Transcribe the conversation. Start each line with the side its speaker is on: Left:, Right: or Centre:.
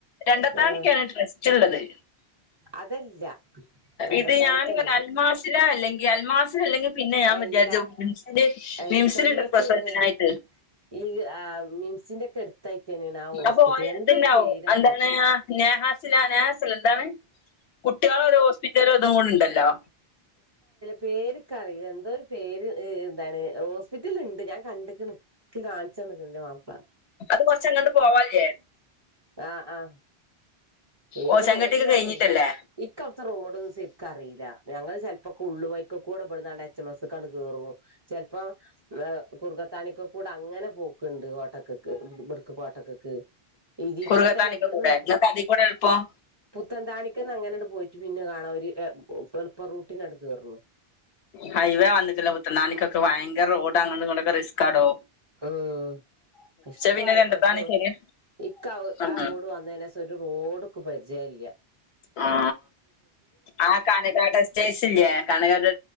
Left: രണ്ടത്താണക്കാണ്
Right: ആഹ്
Left: ട്രസ്റ്റ് ഉള്ളത്.
Right: അതല്ല എടത്താണിക്കല്ലത്
Left: ഇത് ഞാൻ അൽമാസില അല്ലെങ്കിൽ അൽമാസില അല്ലെങ്കിൽ പിന്നെ പിന്നെ ഞാൻ
Right: അല്ല
Left: വിചാരിച്ച് മിംസില്
Right: എച്ച്
Left: മിംസിലിണ്ട്
Right: എം എസ്
Left: പ്രസവത്തിനായിട്ട്.
Right: ഒക്കെ ഈ മിംസിന്റെ ഒക്കെ എടുത്തായിട്ട് തന്നെയാണ് ആ ഹോസ്പിറ്റൽ
Left: അപ്പോ പോയാത്തിന്നാവു
Right: എന്തോ ഒരു പേരറിഞ്ഞ്
Left: ന്താണ്. നഹാസില നഹാസൽ എന്താണ് കുട്ടികളെ ഒരു ഹോസ്പിറ്റല ഒതും ണ്ടല്ലോ.
Right: പേര് കറില്ല എന്തോ ഒരു പേര് ഹ് എന്താണ് ഹോസ് പിറ്റല് ഇണ്ട് ഞാൻ കണ്ടിക്ക്ണ് ഇച്ച് കാണിച്ചെന്ന്ക്ക്ണ് ന്റെ മാപ്പിള
Left: അത് കൊറച്ചങ്ങട്ട് പോവാലെ
Right: ആഹ് ആഹ് ഏത്
Left: ഓ ചെങ്കട്ടിയൊക്കെ
Right: റോട്ടിനാന്നു
Left: കഴിഞ്ഞിട്ടല്ലേ
Right: ൻക്ക ഇക്ക അവിടുത്തെറോഡൊന്നും ശരിക്ക അറിയില ഞങ്ങള് ചെലപ്പോ ക്കെ ഉള് വയിക്കക്കൂടെ ഇമ്പടന്നാണ്ട് എച്ച മസ്ക്ക് ആണ്ട് കേറും ചെൽപ്പം കുർഗത്താണിക്കകൂടെ അങ്ങനെ പോക്കുണ്ട് കോട്ടകക്ക്. ടക്ക് കോട്ടകക്ക് ഇതിക്കൂടുത്തന്നെ
Left: കുറുകത്താണിക്ക്
Right: ബട്ന്ന്
Left: കൂടെ ഇങ്ങക്ക് അതി കൂടെ എളുപ്പം
Right: പുത്തൻന്താണിക്കന്ന് അങ്ങനണ്ട് പോയിട്ട് പിന്നെ കാണാം ഒര് ഇപ്പൊ റൂട്ടിനട് കേറർണു.
Left: ഹൈവേ വന്നിട്ടില്ലേ പുത്ത നാനിക്കൊക്കെ ഭയങ്കര റോഡ് അങ്ങട്ട് ഇങ്ങടെക്കെ റിസ്ക്ക് ആ ടോ.
Right: ഉം <unintelligible>
Left: പിന്നെ രണ്ടത്താണി ശരി
Right: ഇക്ക
Left: ഉം
Right: ആ റോഡ് വന്നെനേശം ഒരു റോഡ് ക്ക് പരിചയല്ല.
Left: ആ, ആ കണക്കാട് റെസ്റ്റ്റ്റേഴ്സ് ഇല്ലോ കണക്കാട്